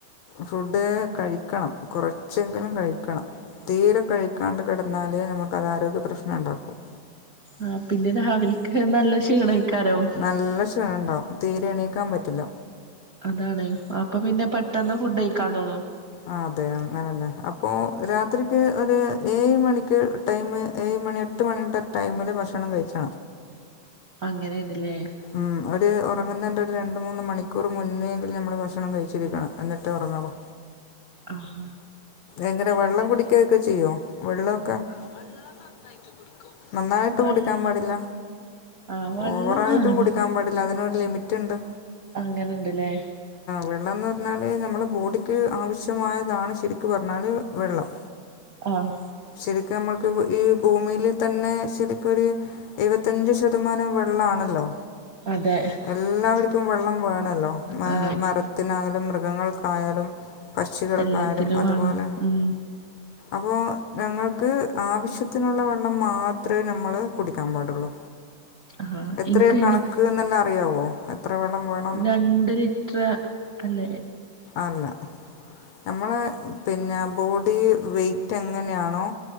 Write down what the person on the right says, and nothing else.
ആഹ് പിന്നെ രാവിൽക്ക് നല്ല ക്ഷീണയ്ക്കാരം.
അതാണ് അപ്പൊ പിന്നെ പെട്ടെന്ന് ഫുഡ് കഴിക്കാൻ തോന്നും
അങ്ങനെഎണ്ല്ലേ?
ആഹ്
വെള്ള
ആ വെള്ളം
വാണത്
അങ്ങനെണ്ട്ല്ലേ?
ആഹ്
അതെ.
ആ
എല്ലാത്തിനും
വാണം ഉം
ആ
ഇൻക്ക് അയ്ന്
രണ്ട് ലിറ്റർ അല്ലേ?